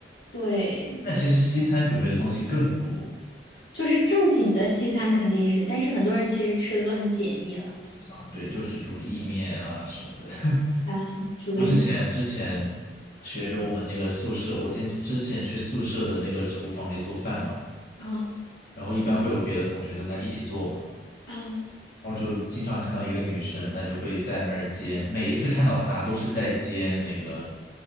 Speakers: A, on the left; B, on the left.
A: 对，
B: 但其实西餐准备的东西更多。
A: 就是正经的西餐肯定是，但是很多人其实吃的都很简易了。
B: 啊，对，就是煮个意面啊什么的。<laughs>
A: 嗯，煮个一，
B: 我之前之前学着我们那个宿舍，我经常之前去宿舍的那个厨房里做饭嘛，
A: 嗯
B: 然后一般会有别的同学在那儿一起做嘛，
A: 嗯，
B: 然后就经常看到一个女生，她就会在那儿煎，每一次看到她都是在煎那个